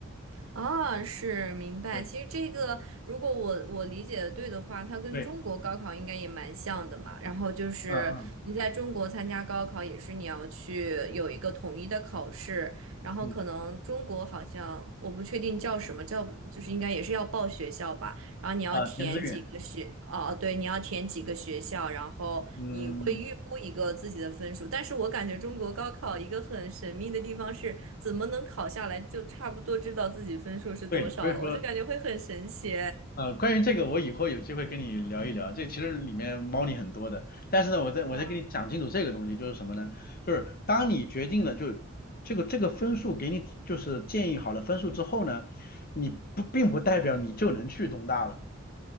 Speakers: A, on the right (about 90°); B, on the left (about 45°).
A: 啊，是明白。
B: 对
A: 其实这个，如果我我理解的对的话，它跟中国高考应该也蛮像的嘛。
B: 对，
A: 然后就是你在中国参加高考，
B: 嗯嗯
A: 也是你要去有一个统一的考试，然后可能中国好像我不确定叫什么，
B: 嗯，
A: 叫就是应该也是要报学校吧。然后你要填几个学，
B: 啊、填志愿，
A: 哦，对，你要填几个学校，然后你会预估一个自己的分数。
B: 嗯，
A: 但是我感觉中国高考一个很神秘的地方是，怎么能考下来就差不多知道自己分数是多少了？
B: 对，所以说，
A: 我就感觉会很神奇
B: 呃，关于这个，我以后有机会跟你聊一聊，这其实里面猫腻很多的。但是呢，
A: <laughs>
B: 我再我再跟你讲清楚这个东西，
A: 哇，
B: 就是什么呢？就是当你决定了就这个这个分数给你就是建议好了分数之后呢，你不并不代表你就能去东大了。